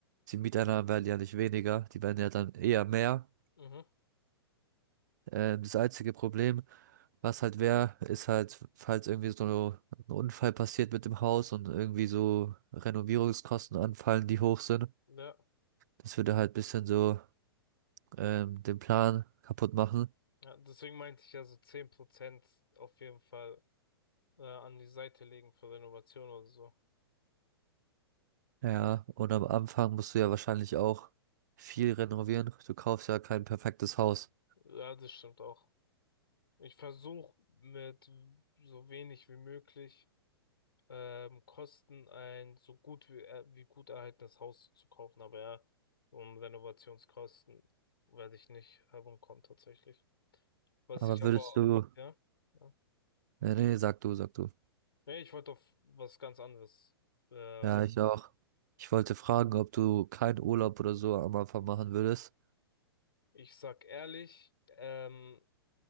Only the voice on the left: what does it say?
mhm,
ja.
Ja, deswegen meinte ich ja so 10% auf jeden Fall äh, an die Seite legen für Renovation oder so.
Ja, das stimmt auch. Ich versuche mit so wenig wie möglich ähm, kosten, ein so gut wie, äh, wie gut erhaltenes Haus zu kaufen. Aber ja, um Renovationskosten werde ich nicht herumkommen tatsächlich. Was
ich aber,
ja, ja.
Nee, ich wollte auf was ganz anderes. Ähm,
ich sag ehrlich, ähm,